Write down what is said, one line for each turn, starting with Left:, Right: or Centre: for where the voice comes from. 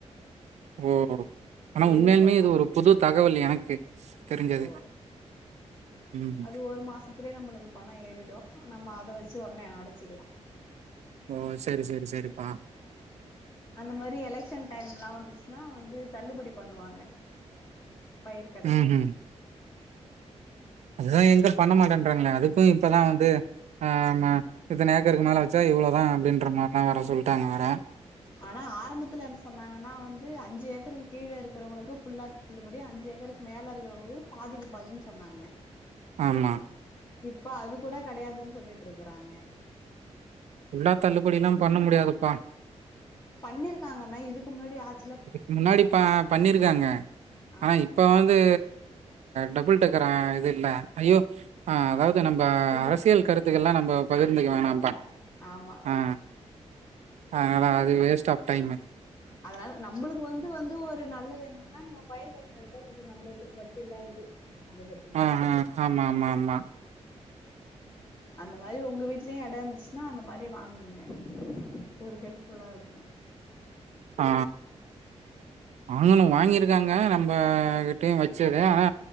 Right: ஓ ஆனா
Left: எழுதி
Right: உண்மையாலுமே
Left: போட்டா
Right: இது ஒரு புது தகவல் எனக்கு தெரிஞ்சது
Left: ஓ
Right: ம்
Left: அது ஒரு மாசத்துலயே நம்மளுக்கு பணோ ஏறிடு நம்ம அத வச்சு உடனே அடச்சுடலா
Right: ஓ சரி சரி சரிப்பா
Left: அந்த மாரி எலெக்க்ஷன் டைம்லா வந்துச்சுன்னா வந்து தள்ளுபடி பண்ணுவாங்க பயிர்கடன்
Right: ம் ம் அதுதா எங்க பண்ண மாட்டேன்றாங்களே அதுக்கு இப்பதா வந்து ஆ இத்தனை ஏக்கருக்கு மேல வச்சா இவ்வளோதா அப்டின்ற மாரிலா வேற சொல்லிடாங்க வேற
Left: ஆனா ஆரம்பத்துல என்ன சொன்னாங்கனா வந்து அஞ்சு ஏக்கருக்கு கீழே இருக்கறவங்களுக்கு ஃபுல்லா தள்ளுபடி அஞ்சு ஏக்கருக்கு மேல இருக்குறவங்களுக்கு பாதிக்கு பாதின்னு சொன்னாங்க
Right: ஆமா
Left: இப்ப அது கூட கிடையாதுன்னு சொல்லிட்டு இருக்குறாங்க
Right: எல்லா தள்ளுபடிலா பண்ண முடியாதுப்பா
Left: பண்ணிருக்காங்கன்னா இதுக்கு முன்னாடி ஆட்
Right: இதுக்கு முன்னாடி பா பண்ணிருக்காங்க
Left: ஆ
Right: ஆனா இப்ப வந் இது டபுள் டக்கரு இது இல்ல ஐயோ அதாவது நம்ப
Left: இல்ல
Right: அரசியல் கருத்துக்கள்லா நம்ப பகிர்ந்தக்க வேணாப்பா
Left: வேண்டா ஆமா
Right: ஆ ஆ அதா அது வேஸ்டா ஆஃப் டைம்
Left: அதனால நம்மளுக்கு வந்து வந்து ஒரு நல்லது என்னன்னா நம்ம பயிர்கடன் எடுத்தா கொஞ்சோ நல்லது வட்டி இல்லாதது அத பத்தி மட்டு
Right: ஆ
Left: சொல்லு
Right: ஹ ஆமா ஆமா ஆமா
Left: அந்த மாரி உங்க வீட்லயு எட இருந்துச்சுன்னா அந்த மாரி வாங்குங்க ஒரு ஹெல்ப்ஃபுல்லா இருக்கு
Right: ஆ வாங்கணு
Left: ம்
Right: வாங்கிருக் இருக்காங்க நம்மகிட்டயு வச்சது ஆனா